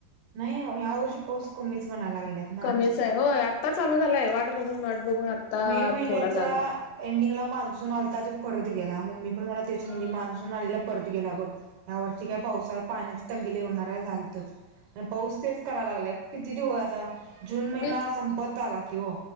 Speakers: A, on the right; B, on the left.
A: नाही ह्या वर्षी पाऊस कमीच म्हणायला लागलेत ना
B: कमीच होय आत्ता चालू झालाय वाट बघून वाट बघून
A: मे महिन्याच्या
B: थोडा लागला
A: एंडिंगला मान्सून आता तो परत गेला मम्मी पण मला तेच म्हणली मान्सून आलेला परत गेला बघ या वर्षी काय पावसात पाण्याचे तंगिले होणार आहे झालतच आणि पाऊस तेच करा लागलाय किती हो आता जून महिना
B: उगीच
A: संपत् आला की हो